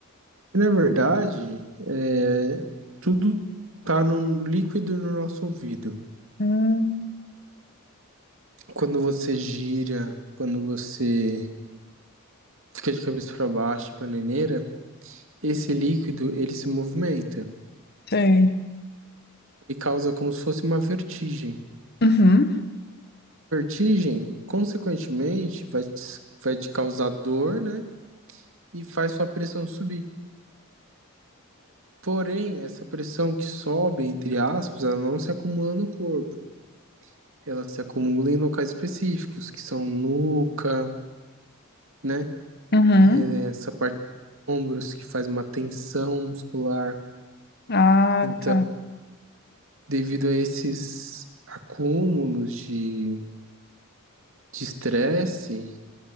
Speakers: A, on the right (about 65°); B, on the left (about 50°).
A: Na verdade, é, tudo tá no líquido no nosso ouvido.
B: Hum,
A: Quando você gira, quando você fica de cabeça para baixo, de bananeira, esse líquido ele se movimenta
B: sei.
A: e causa como se fosse uma vertigem.
B: Uhum,
A: Vertigem, consequentemente, vai te, vai te causar dor, né? E faz sua pressão subir. Porém, essa pressão que sobe, entre aspas, ela não se acumula no corpo. Ela se acumula em locais específicos, que são nuca, né?
B: uhum.
A: É Essa parte dos ombros que faz uma tensão muscular.
B: Ah,
A: Então,
B: tá.
A: devido a esses acúmulos de estresse,